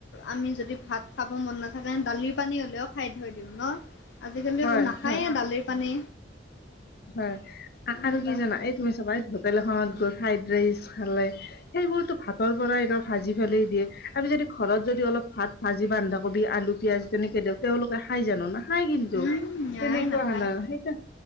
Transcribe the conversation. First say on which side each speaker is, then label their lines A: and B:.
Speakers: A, on the left; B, on the left.
A: আমি যদি ভাত খাব মন নাথাকে। দালিৰ পানী হ'লেও খাই থৈ দিওঁ ন'? আজিকালি,
B: হয়
A: একো নাখাইয়েই
B: হয়
A: দালিৰ পানী।
B: হয়
A: তেনেকুৱা
B: আৰু <unintelligible> কি জানা? এই তুমি চাবা! এই, হোটেল এখনত গৈ ফ্ৰাইড ৰাইচ খালে। সেইবোৰতো, ভাতৰ পৰাই ন' ভাজি পেলাই দিয়ে। আমি, যদি ঘৰত যদি, অলপ ভাত ভাজি, বন্ধাকবি, আলু, পিয়াজ তেনেকে দিওঁ, তেওঁলোকে খাই জানোঁ না? নাই। কিন্তু,
A: উম, নাই
B: তেনেকুৱা
A: নাখায়
B: <unintelligible>